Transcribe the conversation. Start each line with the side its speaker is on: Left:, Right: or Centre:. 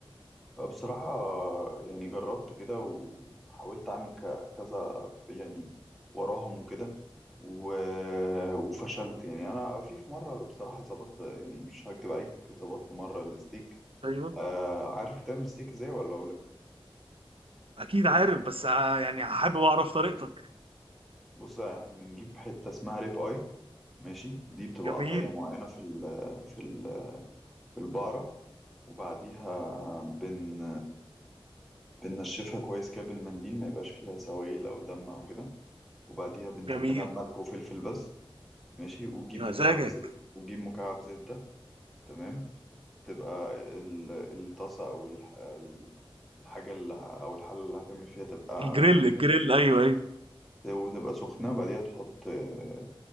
Centre: بصراحة يعني جربت كده وحاولت أعمل ك- كذا يعني وراهم وكده و... وفشلت يعني أنا في في مرة بصراحة ظبطت يعني مش هكدب عليك ظبطت مرة الستيك
Right: ايوه
Centre: آه عارف تعمل ستيك إزاي ولا أقولك
Right: اكيد عارف بس آه، يعني حابب اعرف طريقتك
Centre: بص إحنا بنجيب حتة اسمها ريب آي ماشي دي بتبقى
Right: جميل
Centre: قطعية معينة في ال... في ال... في البقرة وبعديها بن... بننشفها كويس كده بالمنديل ما يبقاش فيها سوائل أو دم أو كده وبعديها بنتبلها
Right: جميل
Centre: بملح وفلفل بس ماشي وتجيب
Right: يا مزاجك
Centre: مكعب زبدة وتجيب مكعب زبدة تمام تبقى ال- الطاسة أو الح- ال- الحاجة اللي ه- أو الحلة اللي هتعمل فيها تبقى
Right: الجريل
Centre: سخنة
Right: الجريل ايوه ايوه
Centre: وتبقى سخنة بعديها تحط آه،